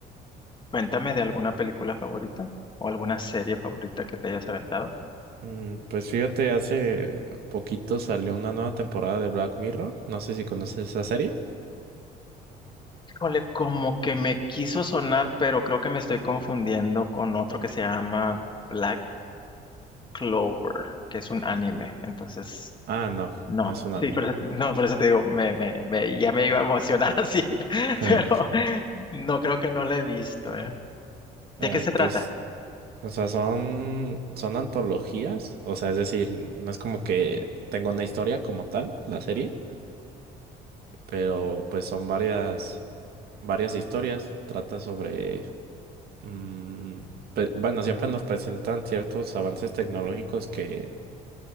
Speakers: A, on the left; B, on the right.
A: Cuéntame de alguna película favorita o alguna serie favorita que te hayas aventado.
B: Mm, Pues fíjate, hace poquito salió una nueva temporada de Black Mirror. No sé si conoces esa serie.
A: Híjole, como que me quiso sonar, pero creo que me estoy confundiendo con otro que se llama Black Clover, que es un anime. Entonces,
B: Ah, no,
A: No,
B: no es un anime.
A: sí, por eso, no, por eso te digo, me, me, me- ya me iba a emocionar <laughs> así, pero
B: <laughs>
A: no creo que no la he visto, ¿eh? ¿De
B: Eh,
A: qué se trata?
B: pues, o sea, son, son antologías. O sea, es decir, no es como que tenga una historia como tal, la serie, pero pues son varias, varias historias. Trata sobre, mm, pe- bueno, siempre nos presentan ciertos avances tecnológicos que